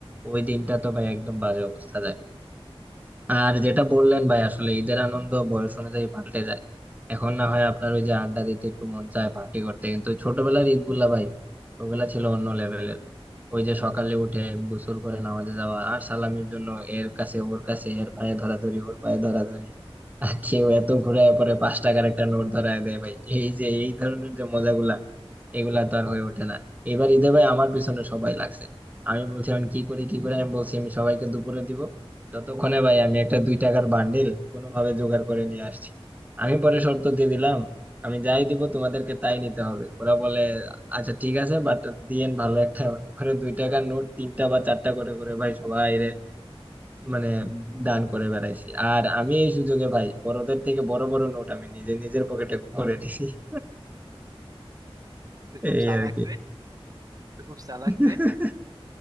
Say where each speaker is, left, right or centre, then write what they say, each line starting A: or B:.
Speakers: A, on the right; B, on the right.
A: ওই দিনটা তো ভাই একদম বাজে অবস্থা যায় আর যেটা বললেন ভাই আসলে ঈদের আনন্দ বয়স অনুযায়ী পাল্টে যায় এখন না হয় আপনার ওই যে আড্ডা দিতে একটু মন চায় পার্টি করতে কিন্তু ছোটবেলার ঈদ গুলা ভাই ওগুলা ছিল অন্য লেভেলের ওই যে সকালে উঠে গোসল করে নামাজে যাওয়া আর সালামির জন্য এর কাছে ওর কাছে এর পায়ে ধরাধরি ওর পায়ে ধরাধরি আর কেউ এত ঘুরায় পরে পাঁচ টাকার একটা নোট ধরায় দেয় ভাই এই যে এই ধরনের যে মজাগুলা এগুলা তো আর হয়ে ওঠে না এবার ঈদে ভাই আমার পিছনে সবাই লাগছে আমি বলছি আমি কি করি কি করে আমি বলছি আমি সবাইকে দুপুরে দিব ততক্ষণে ভাই আমি একটা দুই টাকার বান্ডিল কোনোভাবে জোগাড় করে নিয়ে আসছি আমি পরে শর্ত দিয়ে দিলাম আমি যাই দিব তোমাদেরকে তাই নিতে হবে ওরা বলে আচ্ছা ঠিক আছে বাট দিয়েন ভালো একটা পরে দুই টাকার নোট তিনটা বা চারটা করে করে ভাই সবাই রে মানে দান করে বেড়াইছি আর আমি এই সুযোগে ভাই বড়দের থেকে বড় বড় নোট আমি নিজে নিজের পকেটে ভরে নিছি <laughs>
B: তুই খুব
A: এই
B: চালাক
A: আর
B: রে তুই খুব চালাক
A: কি
B: রে